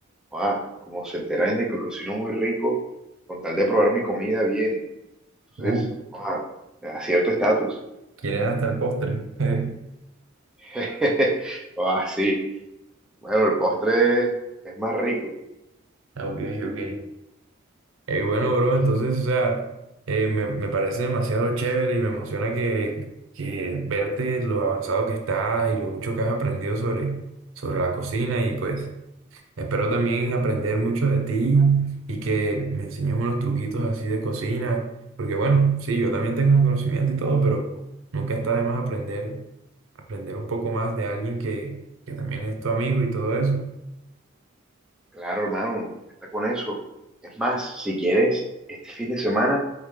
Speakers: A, in the centre; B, on the right.
A: ah, como se enteran de que cocino muy rico, con tal de probar mi comida vienen. Entonces,
B: Uh,
A: ah, me da cierto estatus.
B: quieren hasta el postre. <laughs>
A: <laughs> Ah, sí. Bueno, el postre es más rico.
B: Ah, Ok, ok. Eh, bueno, bro,
A: Y que,
B: entonces, o sea, eh, me, me parece demasiado chévere y me emociona que, que verte lo avanzado que estás y lo mucho que has aprendido sobre, sobre la cocina y pues espero también aprender mucho de ti y que me enseñes unos truquitos así de cocina, porque bueno, sí, yo también tengo un conocimiento y todo, pero nunca está de más aprender, aprender un poco más de alguien que, que también es tu amigo y todo eso.
A: claro, hermano, cuenta con eso. Es más, si quieres, este fin de semana